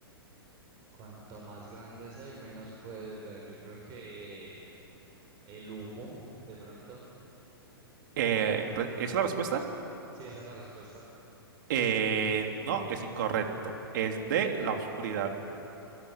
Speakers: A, on the right; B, on the right.
A: Cuanto más grande soy, menos puedes ver. Yo creo que el humo, de pronto.
B: Eh, re- ¿esa ¿es la respuesta?
A: Sí, esa es la respuesta.
B: Eh, no, es incorrecto. Es D, la oscuridad.